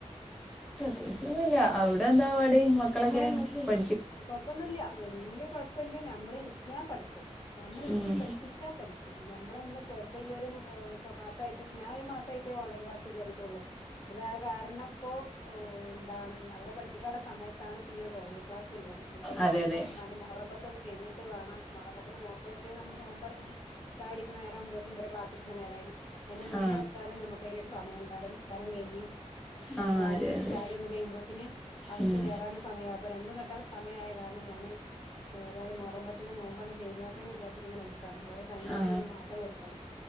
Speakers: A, in the centre; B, on the left.
A: ന്നൂല്യ അവിടെ എന്താ പാട്
B: ഉം
A: മക്കളൊക്കെ പ
B: കൊഴപ്പൊന്നുല്ല വല്യ കൊഴപ്പല്യ ന മ്മൾ ഇര്ന്നാ പഠിക്കും. നമ്മള
A: ഉം,
B: ഇത്തി പഠിപ്പിച്ചാ പഠിക്കും നമ്മളൊന്ന് ഇപ്പൊ ഈ ഒരു ക മാസായിട്ട ഞാൻ ഒരു മാസായിട്ടേ ഓൺലൈൻ ക്ലാസ് കേറീട്ടുള്ളൂ അത ആ കാരണം ഇപ്പോ ഓ എന്താണ് അവരെ പഠിപ്പിക്കാനുള്ള സമയത്താണ് ഇപ്പ ഈ ഒരു ഓൺലൈൻ ക്ലാസ്. ള്ളത് ഇപ്പ അന്റെ
A: അതെ
B: ടൈം
A: അതെ
B: മോഹറം പത്ത് ഒന്ന് കഴിഞ്ഞ്ട്ട് വാണം മോറം പിന്നെ നോമ്പോറ്റ് നമ്മള് നോമ്പർന്ന് ചായ കുടിക്കണ നേരാ മ്പോത്തിന് ഇവരാ ക്ലാസ് എടുക്കുന്ന നേരായി. അയിന്റെ മുന്നേ
A: ആ
B: വെച്ചാലും നമുക്ക് അതിനട്ട് സമയം ഉണ്ടാവില്ല നിസ്കാരം കഴിഞ്ഞ്
A: ആ
B: എന്താണ്
A: അതെ അതെ
B: ചായകുടി ഒന്ന് കഴിയുമ്പോത്തന് അവർക്ക്
A: ഉം,
B: കേറാനോ സമയാവും അപ്പൊ രണ്ടും കെട്ട സമയമായ കാരണം ഞാന് ഏതായാലും മുറമ്പത്തിനെ നോമ്പണ് കഴിഞ്ഞോട്ടെ എന്ന് വിചാരിച്ചിട്ട ഇങ്ങെ നിൽക്കാണ് ഓരെ ടൈമിൽ
A: ആ
B: ഇങ്ങന ഒന്ന് മാറ്റം വരുത്തണം